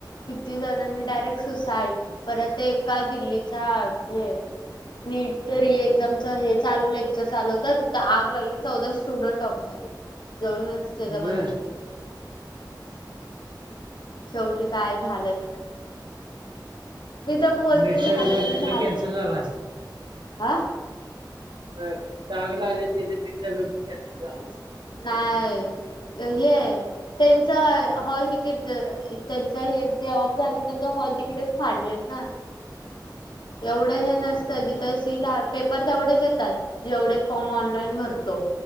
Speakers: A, on the left; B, on the right.
A: किती जणांनी डायरेक्ट सुसाइड परत ते एका दिल्लीचा हे नीट तरी एक्झामच हे चालू लेक चाल होत तिथ आग लागली चौदा स्टुडंट ऑफ झाले जळूनच त्याच्यामध्ये
B: बर
A: हे शेवटी काय झालंच ना मी तर बोलते
B: नीटचा
A: झालं
B: पेपर
A: तर
B: तिथला
A: झालं
B: कॅन्सल झाला असेल.
A: आा
B: व्हय चांगला आलेल तिथ नीट सगळं कॅन्सल झालंच
A: काय हे ये त्यांचा हॉल तिकीट त्यांचा हे जे ऑफ झाले त्यां हॉल तिकीटच फाडलेत ना
B: <unintelligible>
A: एवढं हे नसतं जिथं सीट पेपर तेवढेच येतात जेवढे फॉर्म ऑनलाईन भरतो